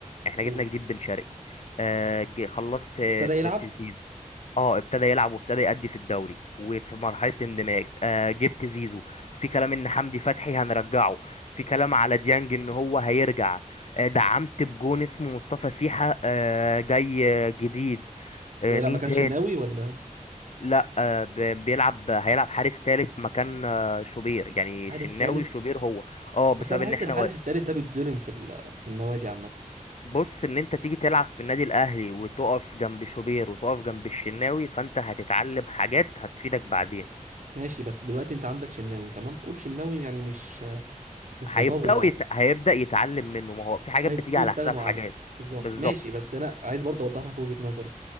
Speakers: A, on the left; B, on the right.
A: احنا
B: قول
A: جبنا جديد بن شرقي آه ج- خلصت
B: ابتدى يلعب
A: في في زيزو اه ابتدى يلعب وابتدى يأدي في الدوري وفي مرحلة الاندماج آه جبت زيزو في كلام ان حمدي فتحي هنرجعه في كلام على ديانج ان هو هيرجع آه دعمت بجون اسمه مصطفى سيحة آه جاي آه، جديد آه
B: ده يلعب
A: مين
B: ما كانش
A: تاني
B: الناوي ولا
A: لا آه ب- بيلعب هيلعب حارس تالت مكان آه شوبير يعني
B: حارس
A: شناوي
B: تالت
A: شوبير هو اه بسبب
B: بس انا
A: ان
B: بحس
A: احنا
B: الحارس التالت ده بيتظلم في ال- في النوادي عامة
A: بص ان انت تيجي تلعب في النادي الاهلي وتقف جنب شوبير وتقف جنب الشناوي فانت هتتعلم حاجات هتفيدك بعدين
B: ماشي بس دلوقتي انت عندك شناوي تمام قول شناوي يعني مش مش
A: هيبداوا
B: هيطول قوي
A: يت... هيبدا يتعلم منه ما هو في حاجات
B: هيبتدوا
A: بتيجي على
B: يستغنوا
A: حساب حاجات
B: عنه بالظبط
A: بالظبط
B: ماشي بس انا عايز برضه اوضح لك وجهة نظري